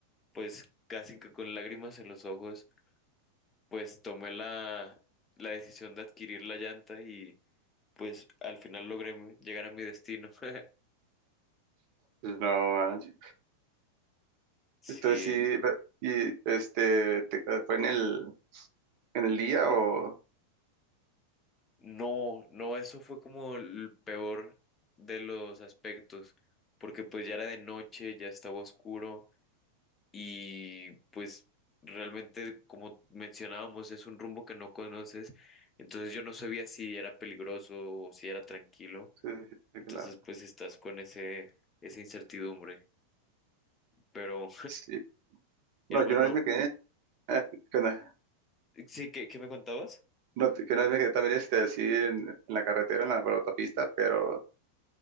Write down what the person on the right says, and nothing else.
pues, no manches.
Entonces sí, pe- y este, te- eh, ¿fue en el, en el día o?
Sí, sí, sí,
claro.
Sí. No,
yo una vez me quedé, eh, ¿qué onda?
No, t- que una vez me quedé también este, así en, en la carretera, en la, autopista, pero